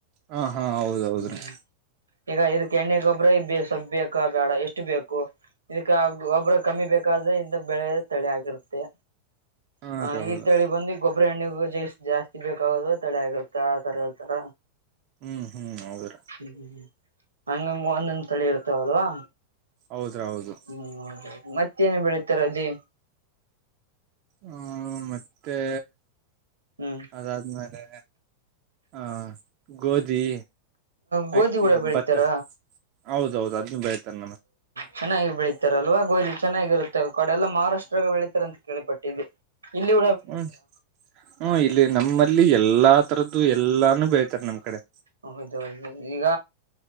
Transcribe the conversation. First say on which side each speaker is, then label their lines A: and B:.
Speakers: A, on the right (about 40°); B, on the right (about 75°).
A: ಹಾ ಹಾ ಹೌದೌದ್ರೀ
B: ಹ್ಮ್ ಈಗ ಇದು ಕೆಣ್ಣೆ ಗೊಬರ ಬ ಸೊಬ್ ಬೇಕ ಬೇಡ ಎಷ್ಟು ಎಷ್ಟು ಬೇಕು ಇದಕ್ಕೆ ಒಬ್ರ ಕಮ್ಮಿ ಬೇಕಾದ್ರೆ ಇಂತ ಬೆಳೆ ತಳಿ ಆಗಿರುತ್ತೆ
A: ಹಾ
B: ಹ
A: ರೀ ಹೌದು
B: ಈ ತಳಿ ಬಂದು ಗೊಬರಿ ಎಣ್ಣೆಗೂ ಜ ಜಾಸ್ತಿ ಬೇಕಾಗದ ತಳಿ ಆಗಿರುತ್ತೆ ಆತರ ಹೇಳ್ತರ
A: ಹ್ಮ್ ಹ್ಮ್ ಹೌದ್ರಿ
B: ಹ್ಮ್ ಹಂಗಂಗ ಒಂದೊಂದ್ ತಳಿ ಇರ್ತವಲ್ವಾ
A: ಹೌದ್ರ ಹೌದು
B: ಹ್ಮ್ ಹೌದದು ಮತ್ತೇನು ಬೆಳಿತಾರ ಅಲ್ಲಿ
A: ಹ್ಮ ಮತ್ತೆ
B: ಹ್ಮ್
A: ಅದಾದ್ಮೇಲೆ ಆ ಗೋಧಿ
B: ಗೋಧಿ
A: ಅಕ್ಕಿ
B: ಗುಡ ಬೆಳಿತಾರ
A: ಭತ್ತ ಹೌದೌದು ಅದನ್ನು ಬೆಳಿತಾರ
B: ಚೆನ್ನಾಗಿ ಬೆಳೀತಾರ ಅಲ್ವ ಗೋದಿ ಚೆನ್ನಾಗಿರುತ್ತೆ ಕಡೆ ಎಲ್ಲ ಮಹಾರಾಷ್ಟ್ರಾಗ ಬೆಳಿತತಾರೆ ಅಂತ ಕೇಳಳ್ಪಟ್ಟಿದ್ದಿದೆ ಇಲ್ಲಿೂ
A: ಹ್ಮ್ ಹ್ಮ್ ಇಲ್ಲಿ ನಮ್ಮಲ್ಲಿ ಎಲ್ಲಾ ತರದ್ದು ಎಲ್ಲಾನು ಬೆಳತಾರೆ ನಮ್ ಕಡೆ
B: ಹೌದೌದು ಈಗ